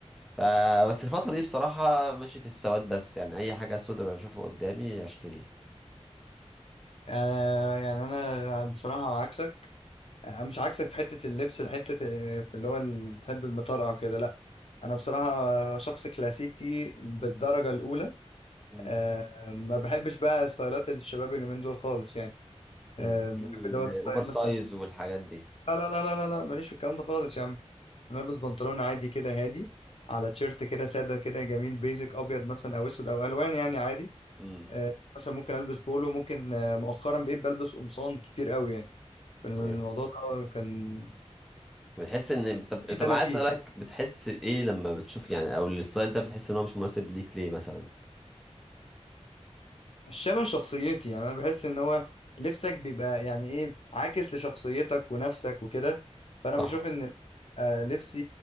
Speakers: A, in the centre; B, on the left.
A: ف- بس الفترة دي بصراحة ماشي في السواد بس يعني أي حاجة سودة بشوفها قدامي أشتريها
B: آه يعني انا بصراحه عكسك انا مش عكسك في حتة اللبس حتة آه، في اللي هو ال- بتحب المطرقع كده لا انا بصراحة شخص كلاسيكي بالدرجة الاولى
A: امم
B: آه ما بحبش بقى ستايلات الشباب اليومين دول خالص يعني آه
A: الباقي
B: بحب دوت
A: الأوفر
B: ستايل
A: سايز
B: مثلا
A: والحاجات دي
B: لا لا لا لا لا لا، ماليش في الكلام ده خالص يا عم انا البس بنطلون عادي كده هادي على تيشيرت كده ساده كده جميل بيزك ابيض مثلا او اسود او الوان يعني عادي
A: امم
B: آه مثلا ممكن البس بولو ممكن آه مؤخرا بقيت بلبس قمصان كتير قوي يعني كان
A: اوكي
B: الموضوع ده كان
A: بتحس ان طب
B: في
A: طب
B: ده انا
A: عايز
B: فيه
A: اسالك بتحس بايه لما بتشوف يعني او الستايل ده بتحس ان هو مش مناسب ليك ليه مثلا
B: الشبه شخصيتي يعني انا بحس ان هو لبسك بيبقى يعني ايه عاكس لشخصيتك ونفسك وكده فانا
A: صح
B: بشوف ان آه لبسي